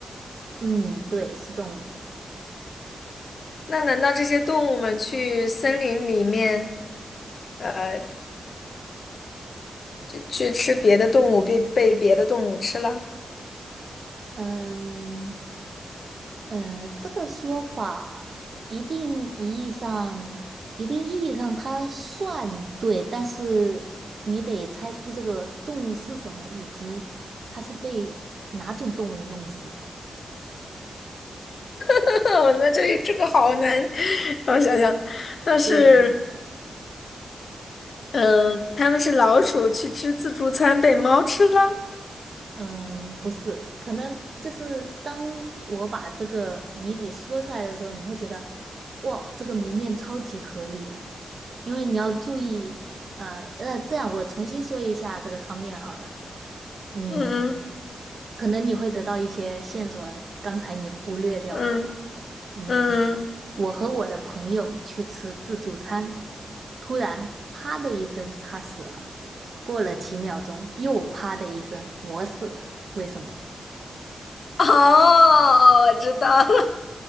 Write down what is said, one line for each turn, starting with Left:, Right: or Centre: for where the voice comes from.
Right: 嗯，对，是动物。
Left: 那难道这些动物们去森林里面，呃，就去吃别的动物，被被别的动物吃了？
Right: 嗯，呃，这个说法一定意义上，一定意义上它算对，但是你得猜出这个动物是什么，以及它是被哪种动物弄死的。
Left: <laughs> 哦，那这这个好难，<laughs> 让我想想，那是，
Right: 对。
Left: 嗯，他们是老鼠去吃自助餐被猫吃了，
Right: 嗯，不是，可能就是当我把这个谜底说出来的时候，你会觉得，哇，这个谜面超级合理的，因为你要注意，呃，呃，这样我重新说一下这个汤面好了，嗯，
Left: 嗯
Right: 可能你会得到一些线索，刚才你忽略掉的，
Left: 嗯
Right: 嗯，
Left: 嗯嗯，
Right: 我和我的朋友去吃自助餐，突然啪的一声，他死了，过了几秒钟，又啪的一声，我死了，为什么？
Left: <laughs> 哦，我知道了，